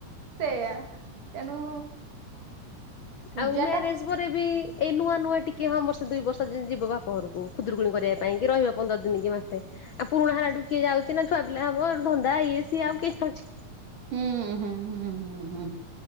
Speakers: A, on the right; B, on the left.
A: ସେଇୟା ତେଣୁ ପୂଜା
B: ଆଉ ମ୍ୟାରେଜ
A: ଟା
B: ପରେ ବି ଏଇ ନୂଆ ନୂଆ ଟିକେ ହଁ, ବର୍ଷେ ଦୁଇ ବର୍ଷ ଯିବ ବାପ ଘରକୁ ଖୁଦୁରୁକୁଣି କରିବା ପାଇଁ କି ରହିବ ପନ୍ଦର ଦିନ କି ମାସେ ଆଉ ପୁରୁଣା ହେଲାଠୁ କିଏ ଯାଉଛି ନା ଛୁଆ ପିଲା ହବ ଆଉ ଧନ୍ଦା ଇଏ ସିଏ ଆଉ କିଏ ଯାଉଛି।
A: ହୁଁଁ, ହୁଁ, ହୁଁ, ହୁଁ, ହୁଁ,